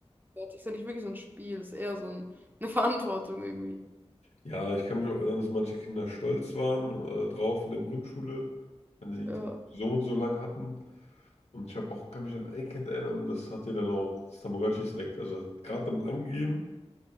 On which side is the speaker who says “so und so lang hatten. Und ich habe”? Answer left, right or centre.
Left